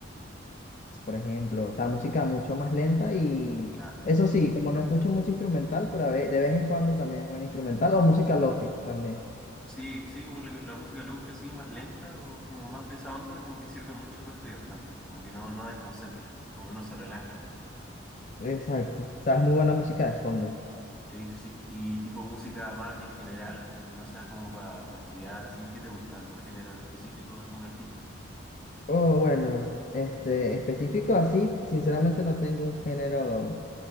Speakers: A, on the left; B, in the centre.
A: por ejemplo, o sea, música mucho más lenta y
B: Ah.
A: eso sí, como no escucho mucho instrumental, pero a ve- de vez en cuando también es buena instrumental o música lofi también.
B: Sí, sí, como la, la música lofi así más lenta o como más de esa onda, como que sirve mucho para estudiar también, como que no, no desconcentra, como que no se relaja, creo.
A: Exacto. O sea, es muy buena música de fondo.
B: Sí, sí, sí. Y tipo música más en general, que no sea como para estudiar, así. ¿Qué te gusta? ¿Algún género en específico? ¿Algún artista?
A: Oh, bueno, este, específico así, sinceramente no tengo un género